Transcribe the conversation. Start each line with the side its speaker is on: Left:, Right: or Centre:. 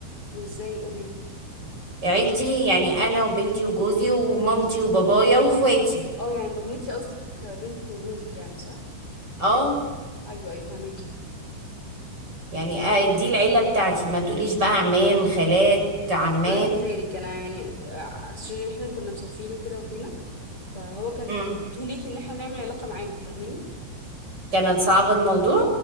Left: ازاي قوليلي
Right: عيلتي يعني انا وبنتي وجوزي ومامتي وبابايا واخواتي
Left: اه يعني ضمتي قصدك بنتك وجوزك يعني صح
Right: اه
Left: ايوه ايوه فاهمك
Right: يعني آه، دي العيله بتاعتي ما تقوليش بقى عمام خالات عمات
Left: انا كذلك انا يعني عشان احنا كنا مسافرين وكده وجينا فهو كان
Right: مم.
Left: تو ليت ان احنا نعمل علاقه معاهم فاهماني
Right: كانت صعبة الموضوع